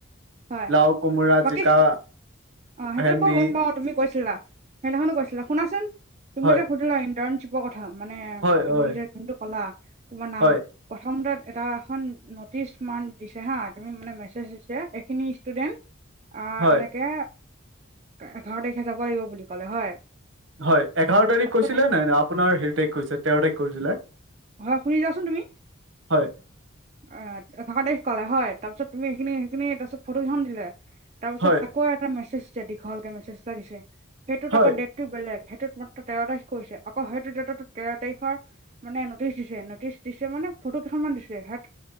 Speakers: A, on the right (about 35°); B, on the right (about 65°).
A: হয়
B: লাও, কোমোৰা,
A: বাকী
B: জিকা,
A: অ সেইটো
B: ভেণ্ডি।
A: বাৰু গম পাও তুমি কৈছিলা, সেইদিনাখনো কৈছিলা। শুনাচোন তুমি
B: হয়,
A: যে সুধিলা ইণ্টাৰ্শ্বিপ মানে
B: হয়,
A: তুমি
B: হয়,
A: নিজৰ যোনটো কলা, তোমাৰ নাম
B: হয়,
A: প্ৰথম তাত এটা এখন ন'টিচ মান দিছে হা, তুমি মানে মেছেজ দিছে এইখিনি ষ্টুডেণ্ট আ,
B: হয়।
A: এনেকে এঘাৰ তাৰিখে যাব লাগিব বুলি ক'লে হয়।
B: হয়, এঘাৰ তাৰিখ
A: তাৰপিছত
B: কৈছিলে নাই নে আপোনাৰ হেৰি তাৰিখ কৈছে তেৰ তাৰিখ কৈছিলে?
A: হয়, শুনি যাচোন তুমি।
B: হয়।
A: অ' তেৰ তাৰিখ ক'লে হয় তাৰপিছত তুমি সেইখিনি সেইখিনি তাৰপিছত ফটোকেইখন দিলে। তাৰপিছত
B: হয়
A: আকৌ এটা মেছেজ দিছে, দীঘলকে মেছেজ এটা দিছে সেইটোত
B: হয়
A: আকৌ ডেট বেলেগ, সেইটোত মাত্ৰ তেৰ তাৰিখ কৈছে আকৌ সেইটো ডেটো তেৰ তাৰিখৰ মানে নটিচ দিছে, নটিচ দিছে মানে ফটো কৈইখনমান দিছে হেত